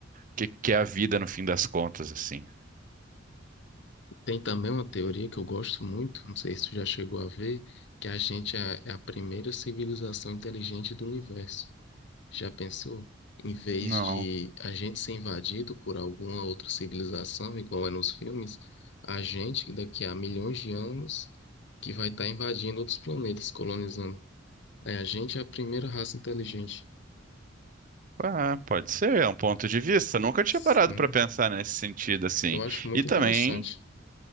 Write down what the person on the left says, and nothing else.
Tem também uma teoria que eu gosto muito, não sei se tu já chegou a ver, que a gente é é a primeira civilização inteligente do universo. Já pensou? Em vez
de a gente ser invadido por alguma outra civilização, igual é nos filmes, a gente, que daqui a milhões de anos, que vai estar invadindo outros planetas, colonizando É, a gente é a primeira raça inteligente.
Sim,
eu acho muito
interessante.